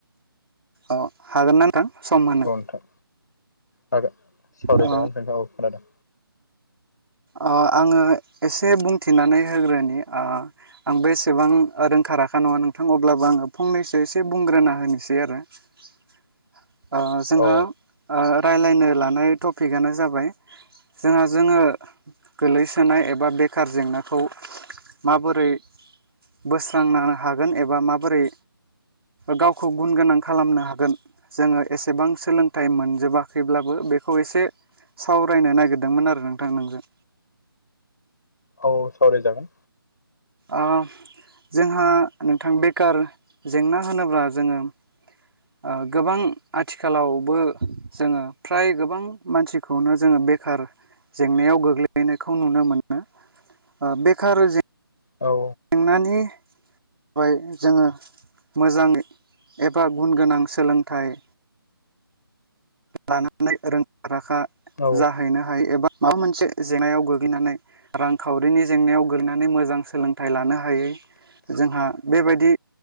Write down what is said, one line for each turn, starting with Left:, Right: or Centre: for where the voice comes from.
Right: औ हागोन ना नोंथां सम होनो
Left: औ नोंथां हागोन सावरायजागोनबाथन
Right: अ
Left: नोंथां औ खोनादों
Right: आ आङो एसे बुंथिनानै होग्रोनि आ आंबो एसेबां रोंखा राखा नङा नोंथां अब्लाबो आङो फंनैसो एसे बुंग्रोना होनोसै आरो आ जोंहा
Left: औ
Right: ओ रायलायनो लानाय टपिकआनो जाबाय जोंहा जोङो गोलैसोनाय एबा बेखार जेंनाखौ माबोरै बोस्रांनो हागोन एबा माबोरै गावखौ गुन गोनां खालामनो हागोन जोङो एसेबां सोलोंथाइ मोनजोबाखैब्लाबो बेखौ एसे सावरायनो नागिरदोंमोन आरो नोंथां नोंजों
Left: औ सावराय जागोन
Right: आ जोंहा नोंथां बेखार जेंना होनोब्ला जोङो ओ गोबां आथिखालावबो जोङो फ्राय गोबां मानसिखौनो जोङो बेखार जेंनायाव गोग्लैनायखौ नुनो मोनो ओ बेखार जें
Left: औ
Right: नानि जाय जोङो मोजां एबा गुन गोनां सोलोंथाइ लानानै रोंखा राखा
Left: औ
Right: जाहैनो हायो एबा माबा मोनसे जेंनायाव गोग्लैनानै रांखावरिनि जेंनायाव गोग्लैनानै मोजां सोलोंथाइ लानो हायै जोंहा बेबायदि